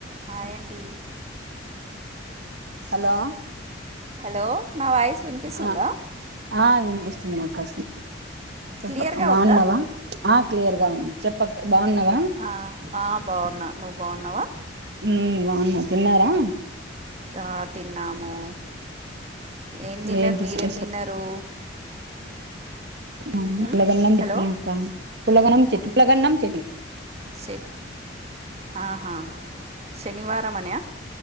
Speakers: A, on the right; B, on the right.
A: Hi అండి
B: hello
A: hello నా voice వినిపిస్తుందా
B: ఆ ఆ వినిపిస్తుంది నాకసు వినపడుతు
A: క్లియర్గా
B: బాగున్నావా
A: ఉందా
B: ఆ క్లియర్గా చెప్పక బాగున్నావా.
A: ఆ, ఆ బాగున్నా నువ్వు బాగున్నావా
B: ఉమ్ బావున్నా తిన్నారా
A: ఆ తిన్నాము ఏం తిన్నారు
B: ఏంటి
A: మీరేం
B: స్పెషల్
A: తిన్నారు
B: ఉ
A: ఉమ్,
B: పులగన్నం చెట్నీ
A: హలో
B: అక్క పులగన్నం చెట్నీ పులగన్నం చెట్నీ
A: శె ఆహా శనివారం అనా